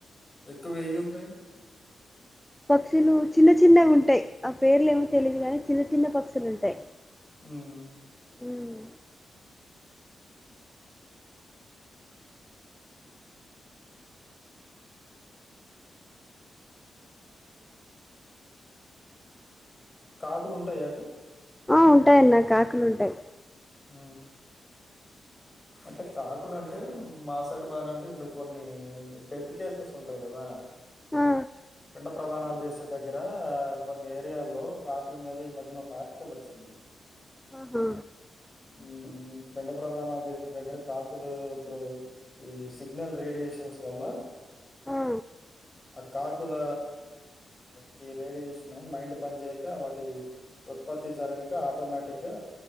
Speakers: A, on the left; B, in the centre.
A: ఎక్కువ ఏయ్ ఉంటాయ్
B: పక్షులు చిన్న చిన్నగుంటయ్ ఆ పేర్లేమో తెలిదు గాని చిన్న చిన్న పక్షుల్ ఉంటయ్
A: ఉం
B: హ్మ్
A: <inaudible> కాకుల్ ఉంటాయా అటు
B: ఆ ఉంటాయ్ అన్న కాకుల్ ఉంటాయ్
A: ఆ అంటే కాకుల్ అంటే మా సైడ్ బానే ఉంటయ్ ఇప్పుడు కొన్ని డెత్ కేసెస్ ఉంటయ్ గదా
B: ఆ
A: పిండ ప్రదానాల్ జేసే దగ్గర కొన్ని ఏరియాల్లో కాకుల్ మీద ఈ మధ్యన ఒక ఆర్టికల్ వచ్చింది.
B: ఆహా
A: హ్మ్ బెండ ప్రధానాల్ జేసే దగ్గర కాకులు ఇప్పుడు ఈ సిగ్నల్ రేడియేషన్స్ వల్ల
B: ఆ
A: ఆ కా క్కుల కి రేడియేషను మైండ్ పన్ జేయక వాటి ఉత్పత్తి జరగక ఆటోమేటిక్ గా